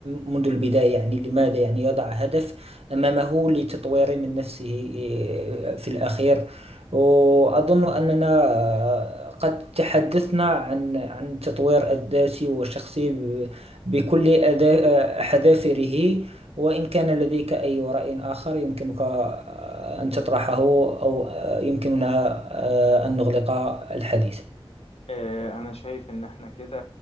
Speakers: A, on the right (about 80°); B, on the left (about 85°).
A: منذ البداية يعني لماذا يعني يضع هدف أمامه لتطوير من نفسه آه، في الأخير وأظن أننا آه، قد تحدثنا عن عن التطوير الذاتي والشخصي بكل أدا- آه، حذافره وإن كان لديك أي رأي آخر يمكنك آه، أن تطرحه أو آه، يمكننا آه، أن نغلق الحديث
B: آه، أنا شايف إن إحنا كده